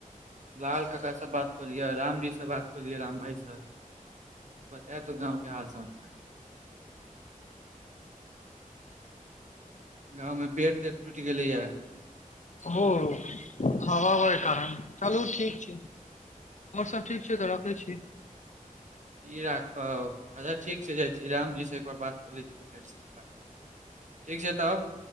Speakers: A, on the right; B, on the left.
A: लाल काका से बात कलियए रामजी से बात कहलि राम भाइ स बताए तू गाँवके हाल समाचार गाँव में पेड़ तेड़ टुटि गेलैएा
B: ह <inaudible> हवा बबाके कारण चलू ठीक छै हमओर सब ठीक छै तऽ रखय छी
A: की राखब अच्छा ठीक छय जाइ छी रामजीसँ एक बार बात कऽ लै छी फेरसँ ब ठीक छय तब